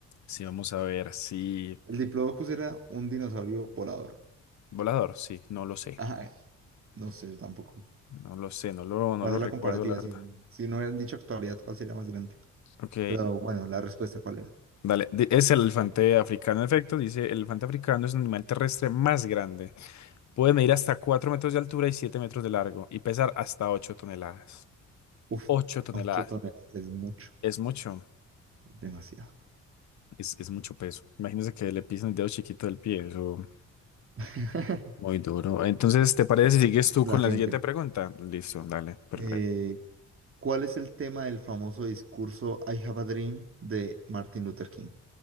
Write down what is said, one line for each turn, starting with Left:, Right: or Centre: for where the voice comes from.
Left: Sí, vamos a ver, sí.
Right: El Diplodocus era un dinosaurio volador.
Left: Volador, sí, no lo sé.
Right: Ajá, eh, no sé, yo tampoco.
Left: No lo sé, no lo, no
Right: Para
Left: lo
Right: hacer
Left: recuerdo,
Right: la comparativa,
Left: la verdad.
Right: si, si no hubieran dicho actualidad, ¿cuál sería más grande?
Left: Ok,
Right: Pero bueno, la respuesta, ¿cuál era?
Left: dale. Di- Es el elefante africano, en efecto. Dice, el elefante africano es un animal terrestre más grande. Puede medir hasta 4 metros de altura y 7 metros de largo y pesar hasta 8 toneladas.
Right: Uf,
Left: 8 toneladas.
Right: 8 toneladas es mucho,
Left: Es mucho,
Right: demasiado.
Left: es, es mucho peso. Imagínese que le pisan el dedo chiquito del pie, eso
Right: <laughs>
Left: muy duro. Entonces, ¿te parece si sigues tú
Right: La
Left: con
Right: siguiente.
Left: la siguiente pregunta? Listo, dale, perfecto.
Right: Eh, ¿cuál es el tema del famoso discurso I Have a Dream de Martin Luther King?